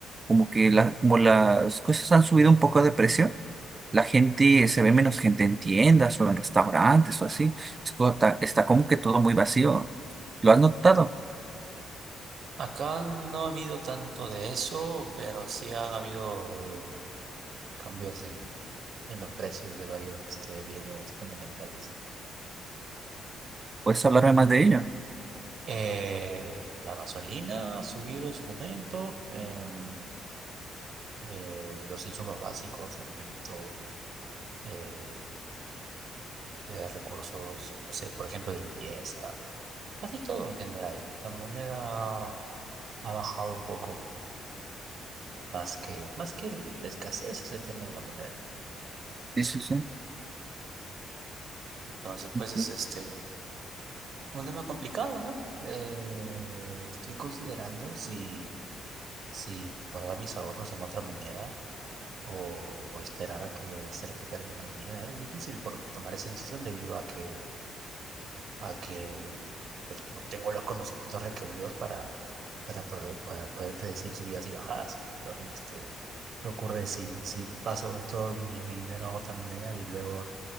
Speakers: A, on the right; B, on the right.
A: como que la, como las cosas han subido un poco de precio, la gente, se ve menos gente en tiendas o en restaurantes o así. Es como ta- Está, como que todo muy vacío. ¿Lo has notado?
B: acá no ha habido tanto de eso, pero sí han habido eh, cambios en, en los precios de varios este, bienes fundamentales.
A: ¿Puedes hablarme más de ello?
B: Eh, la gasolina ha subido en su momento, em, eh, los insumos básicos, alimentos, eh, eh, recursos, no sé, por ejemplo, de limpieza. Casi todo en general. La moneda ha bajado un poco más que, más que la escasez es el tema de la moneda.
A: Sí, sí, sí.
B: Entonces,
A: Entiendo.
B: pues es este un tema complicado, ¿no? Eh, estoy considerando si, si guardar mis ahorros en otra moneda o, o esperar a que se recupere la economía. Es difícil por tomar esa decisión debido a que a que pues, no tengo los conocimientos requeridos para, para poder, para poder predecir subidas y bajadas. Entonces, este, ¿qué ocurre si, si paso todo mi, mi dinero a otra moneda y luego